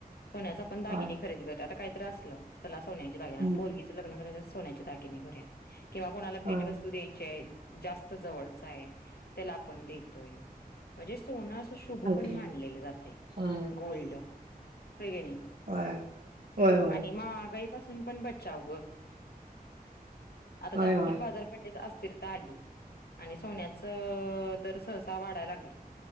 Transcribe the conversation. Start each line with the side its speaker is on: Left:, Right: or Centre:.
Left: सोन्याचं आपण दागिने
Right: होय
Left: खरेदी करतोय आता काय तर आसलं चला सोन्याचे दागिने
Right: हम्म
Left: पोरगीचं लग्न करायच सोन्याचे दगिने करूया किंवा कोणाला भेटवस्तू
Right: होय
Left: द्यायची आहे जास्त जवळ च हाय तेला आपण देतोय म्हणजे सोनं शुभ
Right: सांगते
Left: पण मानलेल जातय
Right: होय
Left: गोल्ड व्हय कने
Right: होय होय होय
Left: आणि महागाई पासून पण बचाव ग, आता जागतिक
Right: होय होय
Left: बाजारपेठेत अस थरता आली आणि सोन्याच दर सहसा वाढायला लागल